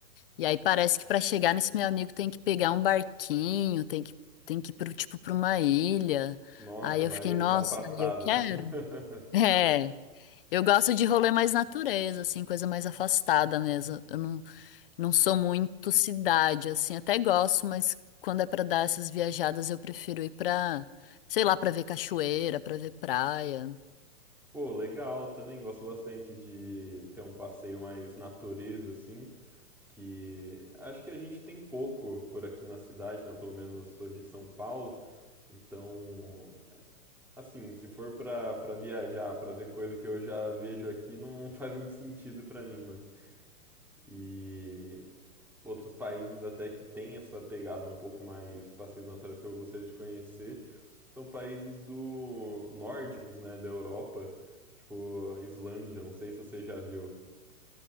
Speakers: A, on the left; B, in the centre.
A: E aí parece que para chegar nesse meu amigo tem que pegar um barquinho, tem que tem que ir pro tipo para uma ilha.
B: Nossa,
A: Aí
B: é
A: eu
B: mais
A: fiquei, nossa,
B: afastada.
A: eu quero.
B: <laughs>
A: <laughs> É, eu gosto de rolê mais natureza, assim, coisa mais afastada mesmo. Eu não, não sou muito cidade, assim, até gosto, mas quando é para dar essas viajadas eu prefiro ir pra, sei lá, pra ver cachoeira, pra ver praia.
B: Pô, legal, também gosto bastante de ter um passeio mais natureza, assim, que acho que a gente tem pouco por aqui na cidade, né? Pelo menos sou de São Paulo, então, assim, se for pra, pra viajar, pra ver coisa que eu já vejo aqui, não <laughs> faz muito sentido pra mim, né? E outros países até que têm essa pegada um pouco mais passeios naturais que eu gostaria de conhecer são países do nórdicos, né, da Europa, tipo Islândia, não sei se você já viu. <laughs>